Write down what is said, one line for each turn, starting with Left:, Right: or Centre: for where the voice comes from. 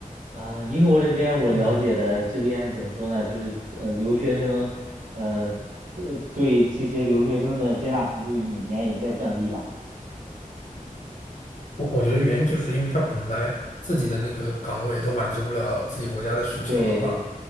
Right: 啊、英国这边我了解的，
Left: 嗯，
Right: 这边怎么说呢？就是呃，留学生，呃，呃，对这些留学生的接纳程度每年也在降低吧。
Left: 我我觉得原因就是因为他本来自己的那个岗位都满足不了自己国家的需求的话，
Right: 对对